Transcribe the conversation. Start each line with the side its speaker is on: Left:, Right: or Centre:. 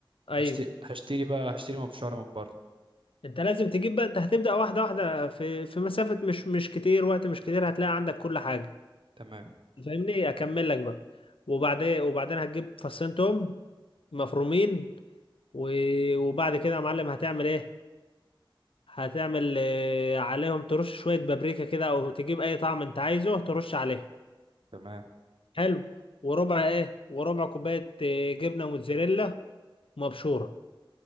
Left: ايوه
Right: هشتري هشتري بقى هشتري مبشرة من بره
Left: انت لازم تجيب بقى انت هتبدا واحده واحده في في مسافه مش مش كتير وقت مش كتير هتلاقي عندك كل حاجه
Right: تمام
Left: فاهمني اكمل لك بقى وبعدين وبعدين هتجيب فصين توم مفرومين و... وبعد كده يا معلم هتعمل ايه هتعمل آه، عليهم ترش شوية بابريكا كده أو تجيب أي طعم أنت عايزه ترش عليهم
Right: تمام
Left: حلو وربع إيه وربع كوباية آه، جبنة موتزاريلا مبشورة